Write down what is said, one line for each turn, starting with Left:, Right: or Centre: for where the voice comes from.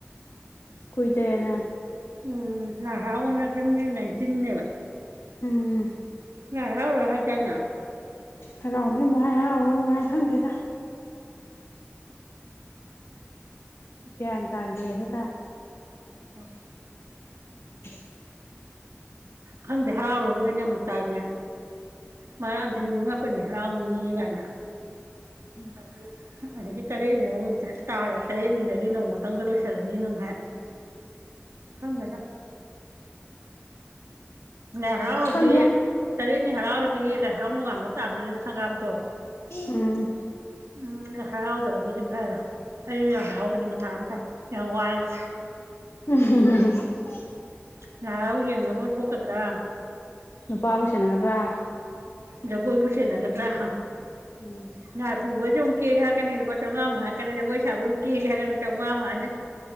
Left: ꯀꯨꯏꯗꯇ꯭ꯔꯦꯅ
Right: ꯎꯝ ꯅꯍꯥ ꯑꯣꯅ ꯖꯨꯟꯒꯤ ꯅꯥꯏꯟꯇꯤꯟꯅꯦꯕ
Left: ꯎꯝ
Right: ꯂꯥꯏ ꯍꯔꯥꯎꯔꯣꯏ ꯍꯥꯏꯗꯥꯏꯅꯦ
Left: ꯍꯔꯥꯎꯅꯤ ꯃꯨꯜꯍꯟꯕ ꯍꯥꯏ ꯍꯔꯥꯎꯔꯣꯏ ꯃꯨꯛ ꯍꯥꯏ ꯈꯪꯗꯦꯗ ꯒ꯭ꯌꯥꯟ ꯇꯗꯦꯗꯣ ꯇꯥꯏ
Right: ꯋꯥ
Left: <unintelligible>
Right: ꯈꯪꯗꯦ ꯍꯔꯥꯎꯔꯔꯣꯏꯅ ꯑꯃꯨꯛ ꯇꯥꯏꯅꯦ ꯃꯔꯛ ꯑꯝꯗꯤ ꯅꯨꯃꯤꯠ ꯃꯥꯄꯟꯅꯤ ꯍꯔꯥꯎꯅꯤ ꯀꯥꯏꯅ
Left: ꯎꯝ
Right: ꯍꯥꯏꯗꯤ ꯑꯗꯒꯤ ꯇꯔꯦꯠꯏꯢꯌꯨꯡ ꯇꯥꯔ ꯇꯔꯦꯠꯅꯤꯗꯒꯤ ꯅꯣꯡꯃꯇꯪꯗ ꯂꯣꯏꯁꯤꯜꯂꯅꯤ ꯅꯃꯨꯛ ꯍꯥꯏ ꯈꯪꯒꯦꯗ꯫ ꯂꯥꯏ ꯍꯔꯥꯎꯔꯗꯤ
Left: ꯈꯪꯗꯦ
Right: ꯇꯔꯦꯠꯅꯤ ꯍꯔꯥꯎꯗꯤ ꯂ ꯍꯔꯥꯎ ꯅꯨꯡꯉꯥꯝꯕꯗ ꯇꯥꯗꯣꯏꯅꯦꯕ ꯁꯪꯒꯥꯕꯗꯣ
Left: ꯎꯝ
Right: ꯎꯝ ꯍꯔꯥꯎꯗ꯭ꯔꯕꯨꯗꯤ ꯐꯔꯦ ꯑꯩ ꯂꯥꯏ ꯍꯔꯥꯎꯕꯗꯤ ꯃꯊꯥ ꯌꯥꯝ ꯁꯥꯏ ꯌꯥꯝ ꯋꯥꯏꯕ
Left: ꯎꯝ ꯍꯨꯝ ꯝ ꯝ
Right: ꯂꯥꯏ ꯍꯥꯔꯥꯎ ꯌꯦꯡꯅꯕꯕꯨ ꯊꯣꯛꯀꯗ꯭ꯔꯥ
Left: ꯅꯨꯄꯥꯕꯨ ꯁꯦꯟꯅꯒꯗ꯭ꯔꯥ
Right: ꯖꯒꯣꯏꯕꯨ ꯁꯦꯟꯅꯒꯗ꯭ꯔꯥ ꯑ
Left: ꯎꯝ
Right: ꯉꯥ ꯄꯨꯕꯩꯁꯨꯨ ꯄꯨꯛ ꯀꯦꯒꯦ ꯍꯥꯢꯔꯛꯀꯅꯤ ꯂꯨꯄꯥ ꯆꯧꯉꯥ ꯃꯨꯛ ꯍꯥꯏꯔꯛꯀꯅꯤ ꯖꯒꯣꯏ ꯁꯥꯕꯩ ꯃꯨꯛ ꯀꯦꯒꯦ ꯍꯥꯏꯔꯛꯀꯅꯤ꯫ ꯆꯧꯉꯥ ꯃꯍꯥꯅꯤ